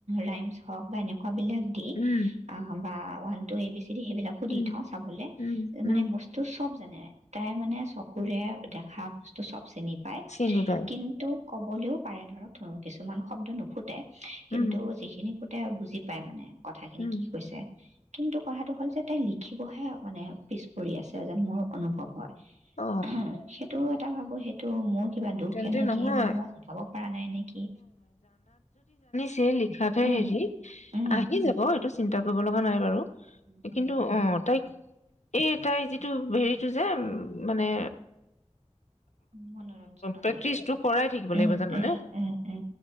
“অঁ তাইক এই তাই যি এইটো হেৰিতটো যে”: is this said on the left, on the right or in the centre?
Left